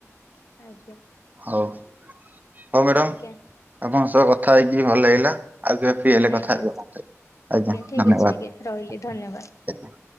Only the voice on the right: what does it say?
ହଉ। ହଉ ମ୍ୟାଡ଼ାମ
ଆପଣଙ୍କ ସହ କଥା ଥାଇକି ବି ଭଲ ଲାଗିଲା। ଆଉ କେବେ ଫ୍ରି ହେଲେ
କଥା ହେବି ଆପଣଙ୍କ ସହ ଆଜ୍ଞା
ଧନ୍ୟବାଦ
ଆଜ୍ଞା।